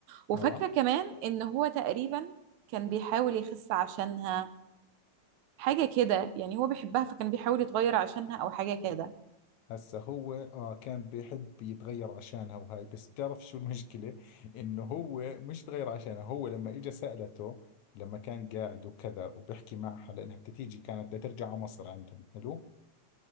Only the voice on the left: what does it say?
آه
هسا هو آه كان بيحب يتغير عشانها وهاي بس بتعرف شو المشكلة إنه هو مش تغير عشانها هو لما إجا سألته لما كان قاعد وكذا وبيحكي معها لأنها بتتيجي كانت بدها ترجع على مصر عندهم حلو؟